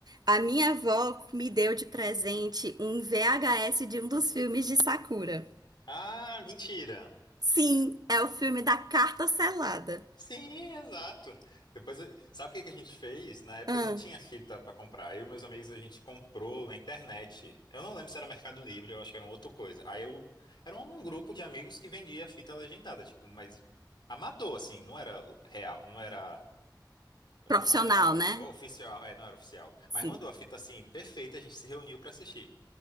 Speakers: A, on the right; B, on the left.
A: a minha avó me deu de presente um VHS de um dos filmes de Sakura.
B: Ah, mentira.
A: Sim, é o filme da carta selada.
B: Sim, exato. Depois, eu- sabe o que que a gente fez? Na época
A: Ah,
B: não tinha fita pra comprar. Eu e meus amigos a gente comprou na internet. Eu não lembro se era Mercado Livre, eu acho que era uma outra coisa. Aí eu era um grupo de amigos que vendia fita legendada, tipo, mas amador assim, não era real, não era
A: profissional,
B: não era
A: né?
B: oficial, é, não era oficial.
A: Sim.
B: Mas mandou a fita assim perfeita, a gente se reuniu pra assistir.